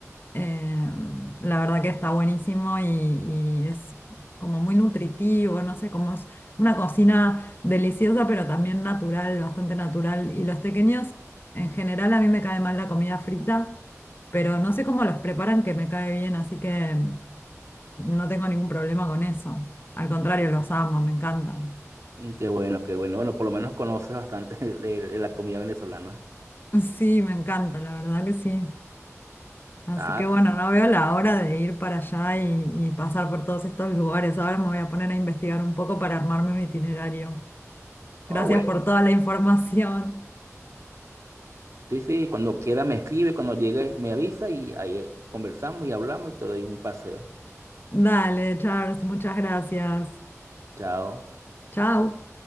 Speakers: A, on the left; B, on the right.
A: Eh, la verdad que está buenísimo y, y es como muy nutritivo, no sé, como es una cocina deliciosa, pero también natural, bastante natural. Y los tequeños, en general, a mí me cae mal la comida frita, pero no sé cómo los preparan que me cae bien, así que... No tengo ningún problema con eso. Al contrario, los amo, me encantan.
B: Mm, Qué bueno, qué bueno. Bueno, por lo menos conoces bastante <laughs> de, de la comida venezolana.
A: <laughs> Sí, me encanta, la verdad que sí. Así
B: Ah,
A: que bueno, no veo la hora de ir para allá y, y pasar por todos estos lugares. Ahora me voy a poner a investigar un poco para armarme un itinerario.
B: oh,
A: Gracias
B: bueno.
A: por toda la información.
B: Sí, sí, cuando quieras me escribe, cuando llegues me avisa y ahí conversamos y hablamos y te doy un paseo.
A: Dale, Charles, muchas gracias.
B: Chao.
A: Chao.